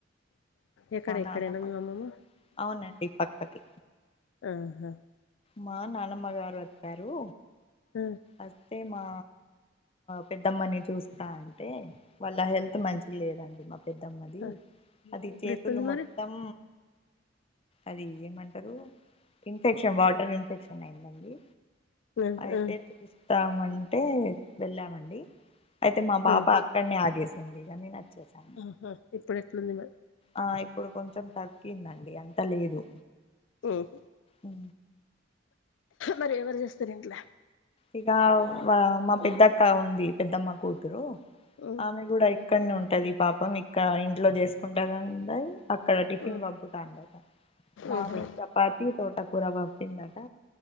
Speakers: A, on the left; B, on the left.
A: ఎక్కడ ఎక్కడేనా
B: నానమ్మ
A: మీ అమ్మమ్మ
B: అవునండి పక్క పక్కే
A: ఆహా
B: మా నానమ్మ గారు వచ్చారు
A: ఆ
B: అస్తే మా పెద్దమ్మని చూస్తా అంటే వాళ్ళ హెల్త్ మంచి లేదండి మా పెద్దమ్మది
A: ఆ ఆ
B: అది
A: ఇప్పుడు
B: చేతులు
A: ఎట్లుంది మరి
B: మొత్తం అది ఏమంటరు ఇన్ఫెక్షన్ వార్డ్ ఇన్ఫెక్షన్ అయిందండి
A: ఆ
B: అయితే
A: ఆ
B: చూస్తామంటే వెళ్ళామండి అయితే మా పాప
A: ఆ
B: అక్కడ్నే ఆగేసింది ఇగ నేనోచ్చేసా.
A: ఆహా ఇప్పుడెట్లుంది మరి.
B: ఆ ఇప్పుడు కొంచెం తగ్గిందండి అంత లేదు.
A: ఉహ్
B: ఉ
A: మరి ఎవరు చేస్తరు ఇంట్ల?
B: ఇగ మా పెద్దక్క ఉంది పెద్దమ్మ కూతురు
A: ఉమ్
B: ఆమె కూడా అక్కనే ఉంటది పాపం ఇక్క ఇంట్లో చేసుకుంటాడండాయ్ అక్కడ టిఫిన్
A: ఉమ్
B: పప్పుతాండట మార్నింగ్
A: ఉహు
B: చప్ పాతి తోట కూరా పంపిందాట,